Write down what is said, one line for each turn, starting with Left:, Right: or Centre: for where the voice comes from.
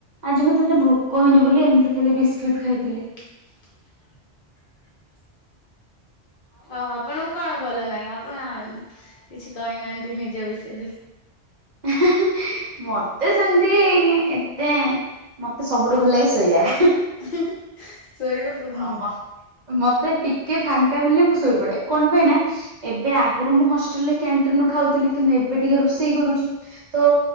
Right: ଆଜି ମୁଁ ମତେ ଏତେ ଭୋକ ହେଇନି ବୋଲି ଏମିତି ଖାଲି ବିସ୍କିଟ ଖାଇଥିଲି।
Left: <inaudible> ଆଉ ଆପଣଙ୍କୁ କଣ ଭଲ ନାହିଁ ଆପଣ ଆ କିଛି କହିନାହାନ୍ତି ନିଜ ବିଷୟରେ।
Right: ହିଁ ହିଁ ହିଁ ମତେ ସେମିତି-ଇ-ଇ ଏତେ ମତେ ସବୁଠୁ ଭଲଲାଗେ ଶୋଇବା।
Left: ହିଁ ହିଁ ଶୋଇବାକୁ
Right: ହଁ
Left: ହୁଁ।
Right: ମତେ ମତେ ଟିକେ ଫାଙ୍କା ମିଳିଲେ ମୁଁ ଶୋଇ ପଡେ କଣ ପାଇଁ ନା ଏବେ ଆଗରୁ ମୁଁ ହଷ୍ଟେଲରେ କ୍ୟାଣ୍ଟିନରୁ ଖାଉଥିଲି କିନ୍ତୁ ମୁଁ ଏବେ ଟିକେ ରୋଷେଇ କରୁଛି। ତ